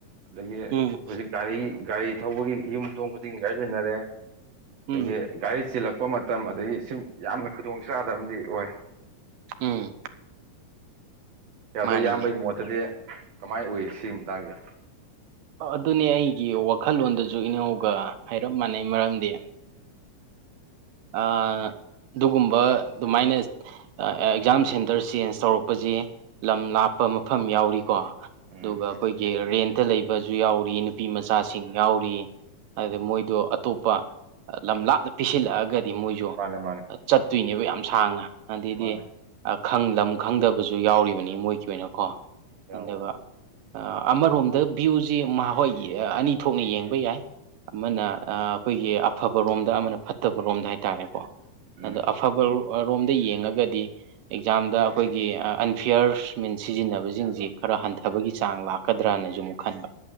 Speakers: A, on the right (about 60°); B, on the right (about 90°).
A: ꯑꯗꯒꯤ
B: ꯎꯝ ꯎꯝ
A: ꯍꯧꯖꯤꯛ ꯒꯥꯔꯤꯒꯤ ꯒꯥꯔꯤ ꯊꯧꯕꯒꯤ ꯌꯨꯝꯊꯣꯡ ꯈꯨꯗꯤꯡꯒꯤ ꯒꯥꯔꯤ ꯂꯣꯏꯅꯔꯦ ꯑꯗꯒꯤ
B: ꯎꯝ
A: ꯒꯥꯔꯤ ꯆꯤꯜꯂꯛꯄ ꯃꯇꯝ ꯑꯗꯒꯤ ꯁꯨꯝ ꯌꯥꯝꯅ ꯈꯨꯗꯣꯡ ꯆꯥꯗꯕ ꯑꯣꯏ
B: ꯎꯝ
A: ꯌꯥꯗꯣ
B: ꯃꯥꯅꯤꯅꯦ
A: ꯏꯕꯒꯤ ꯃꯣꯠꯇꯗꯤ ꯀꯃꯥꯏꯅ ꯎꯏ ꯁꯤꯒꯤ ꯃꯇꯥꯡꯁꯦ
B: ꯑꯗꯨꯅꯦ ꯑꯩꯒꯤ ꯋꯥꯈꯜꯂꯣꯟꯗꯁꯨ ꯏꯅꯥꯎꯒ ꯍꯥꯏꯔꯞ ꯃꯥꯟꯅꯩ ꯃꯔꯝꯗꯤ ꯑꯗꯨꯒꯨꯝꯕ ꯑꯗꯨꯃꯥꯏꯅ ꯑꯦꯛꯖꯥꯝ ꯁꯦꯟꯇꯔ ꯆꯦꯟꯖ ꯇꯧꯔꯛꯄꯁ ꯂꯝ ꯂꯥꯞꯄ ꯃꯐꯝ ꯌꯥꯎꯔꯤꯀꯣ ꯑꯗꯨꯒ
A: ꯎꯝ
B: ꯑꯩꯈꯣꯏꯒꯤ ꯔꯦꯟꯇ ꯂꯩꯕꯁꯨ ꯌꯥꯎꯔꯤ ꯅꯨꯄꯤ ꯃꯆꯥꯁꯤꯡ ꯌꯥꯎꯔꯤ ꯑꯗ ꯃꯣꯏꯗꯣ ꯑꯇꯣꯞꯄ ꯂꯝ ꯂꯥꯞꯅ ꯄꯤꯁꯤꯜꯂꯛꯑꯒꯗꯤ ꯗꯤ ꯃꯣꯏꯁꯨ
A: ꯃꯥꯅꯦ ꯃꯥꯅꯦ
B: ꯆꯠꯇꯣꯏꯅꯦꯕ ꯌꯥꯝ ꯁꯥꯡꯅ ꯑꯗꯨꯗꯩꯗꯤ
A: ꯃꯥꯅꯦ
B: ꯈ ꯂꯝ ꯈꯪꯗꯕꯁꯨ ꯌꯥꯎꯔꯤꯕꯅꯤ ꯃꯣꯏꯒꯤ ꯑꯣꯏꯅꯀꯣ
A: ꯌꯥꯎꯋꯦ
B: ꯑꯗꯨꯒ
A: ꯌꯥꯎꯋꯦ
B: ꯑꯃꯔꯣꯝꯗ ꯚꯤꯌꯨꯁꯤꯣꯏ ꯑꯅꯤ ꯊꯣꯛꯅ ꯌꯦꯡꯕ ꯌꯥꯏ ꯑꯃꯅ ꯑꯩꯈꯣꯏꯒꯤ ꯑꯐꯕꯔꯣꯝꯗ ꯑꯃꯅ ꯐꯠꯇꯕꯔꯣꯝꯗ ꯍꯥꯏ ꯍꯥꯏꯇꯥꯥꯔꯦꯀꯣ
A: ꯎꯝ
B: ꯑꯗꯣ ꯑꯐꯕ ꯔꯣꯝꯗ ꯌꯦꯡꯉꯒꯗꯤ ꯑꯦꯛꯖꯥꯝꯗ ꯑꯩꯈꯣꯏꯒꯤ ꯑꯟꯐꯤꯌꯔꯁ ꯀ꯭ꯞꯃꯦꯟ ꯁꯤꯖꯤꯟꯅꯕꯁꯤꯡꯁꯤ ꯈꯔ ꯍꯟꯊꯕꯒꯤ ꯆꯥꯡ ꯂꯥꯛꯀꯗ꯭ꯔꯅꯁꯨ ꯑꯃꯨꯛ ꯈꯟꯕ